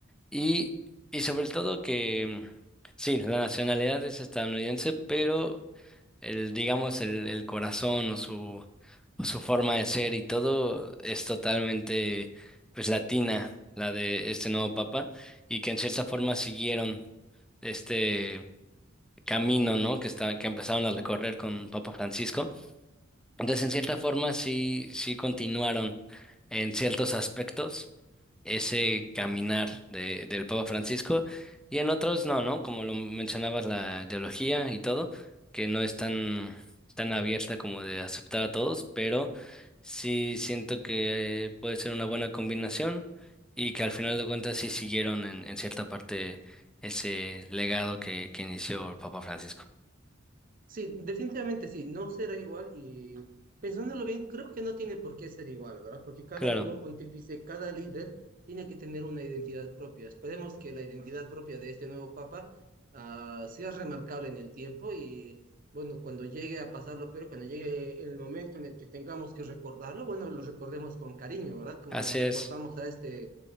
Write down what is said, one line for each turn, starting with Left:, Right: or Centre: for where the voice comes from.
Centre: y, y sobre todo que, sí, la nacionalidad es estadounidense, pero el, digamos, el, el corazón o su, o su forma de ser y todo es totalmente, pues, latina, la de este nuevo papa, y que en cierta forma siguieron este camino, ¿no? Que está, que empezaron a recorrer con Papa Francisco. Entonces, en cierta forma, sí, sí continuaron en ciertos aspectos ese caminar de, del Papa Francisco y en otros no, ¿no? Como lo mencionabas, la ideología y todo, que no es tan, tan abierta como de aceptar a todos, pero sí siento que eh, puede ser una buena combinación y que al final de cuentas sí siguieron en, en cierta parte ese legado que, que inició el Papa Francisco.
Right: Sí, definitivamente sí, no será igual y pensándolo bien, creo que no tiene por qué ser igual, ¿verdad? Porque cada
Centre: Claro,
Right: sumo pontífice, cada líder tiene que tener una identidad propia. Esperemos que la identidad propia de este nuevo papa ah, sea remarcable en el tiempo y bueno, cuando llegue a pasarlo, pero cuando llegue el momento en el que tengamos que recordarlo, bueno, lo recordemos con cariño, ¿verdad? Como
Centre: así
Right: recordamos
Centre: es.
Right: a este,